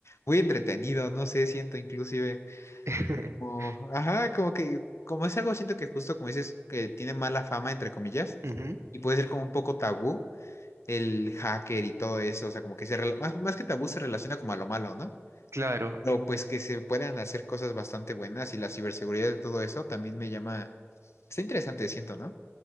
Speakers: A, on the left; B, on the right.
A: muy entretenido, no sé, siento inclusive
B: <laughs>
A: como- ajá, como que, como es algo, siento que justo como dices, que tiene mala fama, entre comillas,
B: Ujú,
A: y puede ser como un poco tabú el hacker y todo eso, o sea, como que se, rela- más, más que tabú se relaciona como a lo malo, ¿no?
B: Claro,
A: Pero pues que se puedan hacer cosas bastante buenas y la ciberseguridad de todo eso también me llama, está interesante, siento, ¿no?